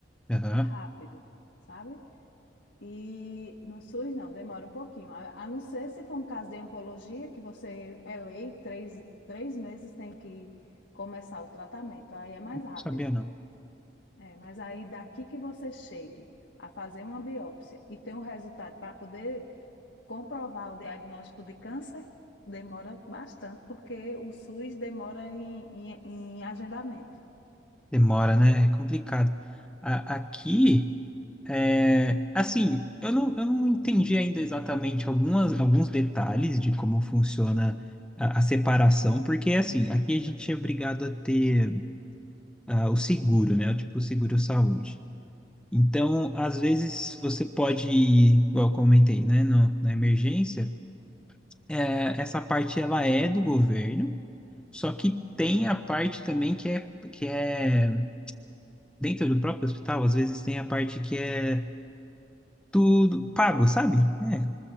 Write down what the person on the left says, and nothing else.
é rápido,
sabe? E no SUS não, demora um pouquinho. A, a não ser se for um caso de oncologia, que você é lei, três, três meses tem que começar o tratamento, aí é mais rápido.
É, mas aí daqui que você chegue a fazer uma biópsia e ter um resultado para poder comprovar o diagnóstico de câncer, demora bastante, porque o SUS demora em, em, em agendamento.
Sim,
particular.